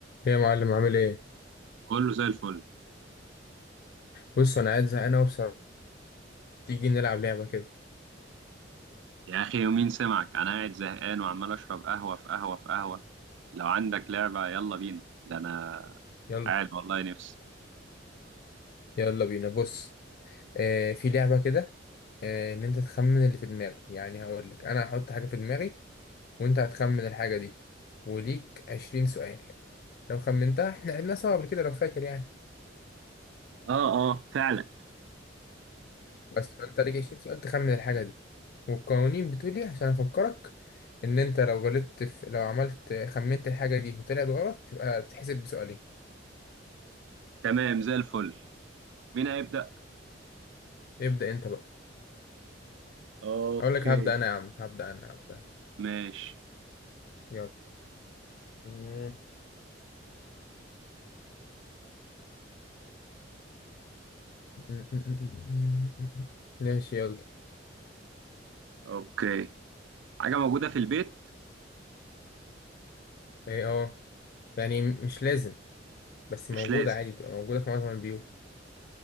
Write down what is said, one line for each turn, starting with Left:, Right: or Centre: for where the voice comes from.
Left: ايه يا معلم عامل ايه
Right: كله زي الفل
Left: بص انا قاعد زهقان اهو بصراحه تيجي نلعب لعبه كده
Right: يا اخي يومين سمعك انا قاعد زهقان وعمال اشرب قهوه في قهوه في قهوه لو عندك لعبه يلا بينا ده انا
Left: يلا
Right: قاعد والله نفسي
Left: يلا بينا بص آه في لعبه كده آه ان انت تخمن اللي في دماغي يعني هقول لك انا هحط حاجه في دماغي وانت هتخمن الحاجه دي وليك 20 سؤال لو خمنتها احنا لعبناها سوا قبل كده لو فاكر يعني
Right: اه اه فعلا
Left: بس فانت ليك 20 سؤال تخمن الحاجه دي والقوانين بتقول ايه عشان افكرك ان انت لو غلطت في لو عملت خمنت الحاجه دي وطلعت غلط تبقى تتحسب بسؤالين
Right: تمام زي الفل مين هيبدا
Left: ابدا انت بقى
Right: اوكي
Left: اقول لك هبدا انا يا عم هبدا انا هبدا
Right: ماشي
Left: يلا مم. مم. مم. مم. مم. ماشي يلا
Right: اوكي حاجه موجوده في البيت
Left: ايه اه يعني مش لازم بس موجودة
Right: مش لازم
Left: عادي بتبقى موجودة في معظم البيوت